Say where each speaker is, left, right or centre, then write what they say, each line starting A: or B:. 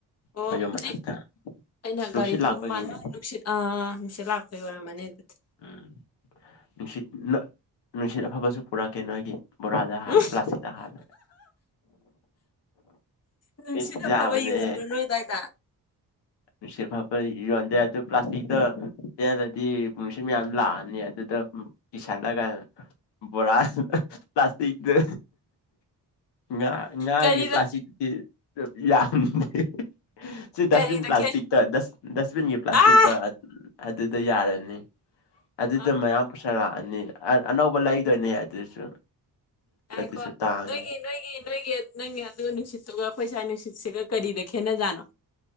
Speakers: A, on the left; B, on the left.
A: ꯑꯣ
B: ꯈꯣꯢ ꯌꯨꯝ
A: ꯍꯧꯖꯤꯛ
B: ꯃꯊꯛꯇ
A: ꯑꯩꯅ
B: ꯅꯨꯡꯁꯤꯠ
A: ꯒꯥꯔꯤ ꯊꯧꯕ
B: ꯂꯥꯛꯄꯒꯤꯅꯤ
A: ꯃꯥꯟ ꯅꯣꯏ ꯅꯨꯡꯁꯤꯠ ꯑꯥ ꯅꯨꯡꯁꯤꯠ ꯂꯥꯛꯄꯒꯤ ꯑꯣꯏꯔꯝꯃꯅꯤ ꯑꯗꯨꯗꯤ
B: ꯎꯝ ꯅꯨꯡꯁꯤꯠ ꯅꯣ ꯅꯨꯡꯁꯤꯠ ꯑꯐꯕꯁꯨ ꯄꯨꯔꯛꯀꯦ ꯅꯣꯏꯒꯤ ꯕꯣꯔꯥꯗ ꯍꯥꯜ
A: ꯎꯝ
B: ꯄ꯭ꯂꯥꯁꯇꯤꯛꯇ ꯍꯥꯜꯂꯒ
A: ꯅꯨꯡꯁꯤꯠ
B: ꯏꯁ
A: ꯑꯐꯕ
B: ꯌꯥꯕꯅꯦꯍꯦ
A: ꯌꯣꯟꯕ꯭ꯔꯣ ꯅꯣꯏ ꯑꯗꯥꯏꯗ
B: ꯅꯨꯡꯁꯤꯠ ꯑꯐꯕ ꯌꯣꯟꯗꯦ ꯑꯗꯨ ꯄ꯭ꯂꯥꯁꯇꯤꯛꯗ ꯇꯦꯜꯂꯗꯤ ꯅꯨꯡꯁꯤꯠ ꯃꯌꯥꯝꯖꯨ ꯂꯥꯛꯑꯅꯤ ꯑꯗꯨꯗ ꯎꯝ ꯀꯤꯁꯜꯂꯒ ꯕꯣꯔꯥꯥ ꯄ꯭ꯂꯥꯁꯇꯤꯛꯇ ꯉꯥ ꯉꯥꯒꯤ
A: ꯀꯔꯤꯗ
B: ꯄ꯭ꯂꯥꯁꯇꯤꯛꯇꯗꯤ ꯌꯥꯝꯗꯦ ꯁꯤ ꯗꯁꯕꯤꯟ
A: ꯀꯔꯤꯗ
B: ꯄ꯭ꯂꯥꯁ
A: ꯈꯦ
B: ꯇ ꯗꯁ ꯗꯁꯕꯤꯟꯒꯤ ꯄ꯭ꯂꯥꯁꯇꯤꯛꯇ
A: ꯑꯥ
B: ꯑꯗꯨꯗ ꯌꯥꯔꯅꯤ ꯑꯗꯨꯗ
A: ꯑꯥ
B: ꯃꯌꯥꯝ ꯎꯁꯥꯂꯥꯛꯑꯅꯤ ꯑꯥ ꯑꯅꯧꯕ ꯂꯩꯗꯣꯏꯅꯦ ꯑꯗꯨꯁꯨ
A: ꯉꯥꯢꯀꯣ
B: ꯑꯗꯨꯁꯨ ꯇꯥꯡꯉꯦ
A: ꯅꯣꯏꯒꯤ ꯅꯣꯏꯒꯤ ꯅꯣꯏꯒꯤ ꯅꯪꯒꯤ ꯑꯗꯨ ꯅꯨꯡꯁꯤꯠꯇꯨꯒ ꯑꯩꯈꯣꯏ ꯁ꯭ꯋꯥꯏ ꯅꯨꯡꯁꯤꯠꯁꯤꯒ ꯀꯔꯤꯗ ꯈꯦꯠꯅꯖꯥꯅꯣ